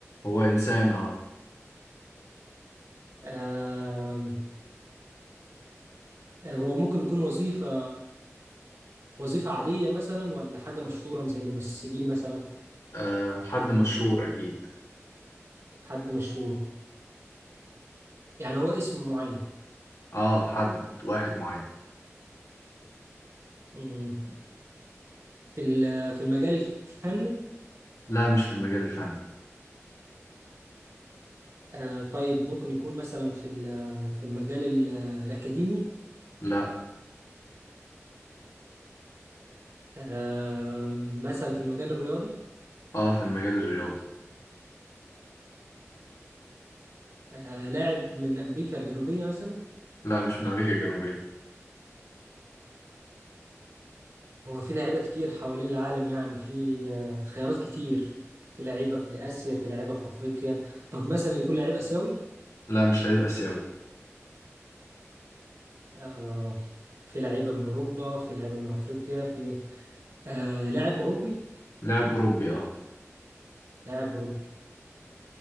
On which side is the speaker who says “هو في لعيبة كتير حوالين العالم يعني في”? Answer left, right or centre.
Right